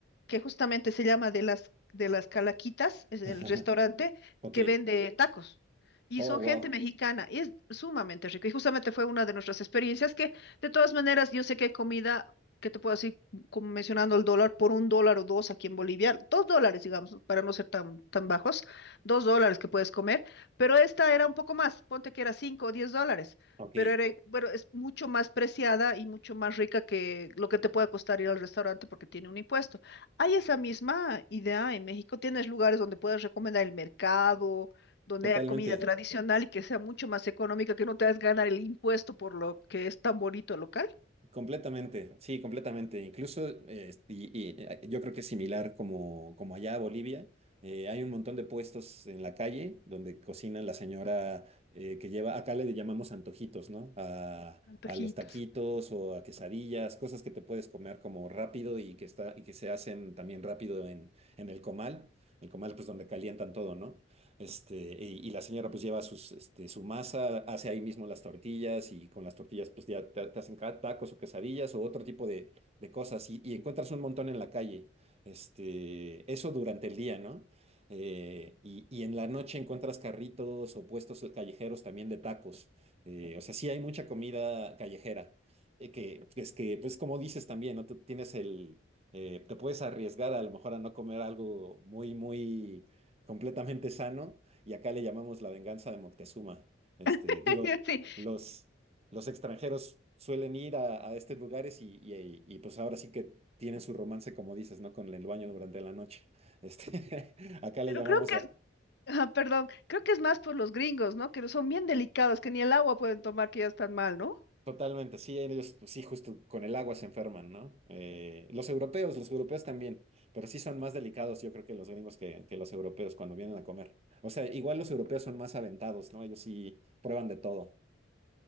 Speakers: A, on the left; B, on the right.
A: que justamente se llama de las, de las Calaquitas, es el
B: <laughs>
A: restaurante
B: Ok.
A: que vende tacos. Y
B: Oh,
A: son
B: wow.
A: gente mexicana, y es sumamente rico. Y justamente fue una de nuestras experiencias que, de todas maneras, yo sé que hay comida que te puedo decir, como mencionando el dólar, por un dólar o dos aquí en Bolivia, dos dólares, digamos, para no ser tan, tan bajos, dos dólares que puedes comer, pero esta era un poco más, ponte que era cinco o diez dólares
B: Ok,
A: pero era, bueno, es mucho más preciada y mucho más rica que lo que te puede costar ir al restaurante porque tiene un impuesto. Hay esa misma idea en México, tienes lugares donde puedes recomendar el mercado, donde
B: totalmente.
A: hay comida Ujú. tradicional y que sea mucho más económica, que no te hagas ganar el impuesto por lo que es tan bonito el local.
B: Completamente, sí, completamente. Incluso eh, y, y, eh, yo creo que es similar como, como allá a Bolivia. Eh, hay un montón de puestos en la calle donde cocina la señora eh, que lleva, acá le llamamos antojitos, ¿no? A,
A: Antojitos.
B: a los taquitos o a quesadillas, cosas que te puedes comer como rápido y que, está, y que se hacen también rápido en, en el comal. El comal, pues donde calientan todo, ¿no? Este, y, y la señora pues lleva sus, este, su masa, hace ahí mismo las tortillas y con las tortillas pues ya te, te hacen ca- tacos o quesadillas o otro tipo de, de cosas y, y encuentras un montón en la calle. Este, eso durante el día, ¿no? Eh, y, y en la noche encuentras carritos o puestos callejeros también de tacos. Eh, o sea, sí hay mucha comida callejera. eh, que es que, pues como dices también, ¿no? Tú tienes el... eh, te puedes arriesgar a lo mejor a no comer algo muy, muy completamente sano y acá le llamamos la venganza de Moctezuma. Este,
A: <laughs>
B: digo,
A: Sí,
B: los, los extranjeros suelen ir a, a estos lugares y, y- y- y, pues ahora sí que tienen su romance, como dices, ¿no? Con el baño durante la noche. Este, <laughs> acá le
A: pero
B: llamamos
A: creo que
B: a...
A: es, ajá, perdón, creo que es más por los gringos, ¿no? Que son bien delicados, que ni el agua pueden tomar, que ya están mal, ¿no?
B: Totalmente, sí, ellos pues sí, justo con el agua se enferman, ¿no? Eh, los europeos, los europeos también, pero sí son más delicados, yo creo que los gringos que, que los europeos cuando vienen a comer. O sea, igual los europeos son más aventados, ¿no? Ellos sí prueban de todo.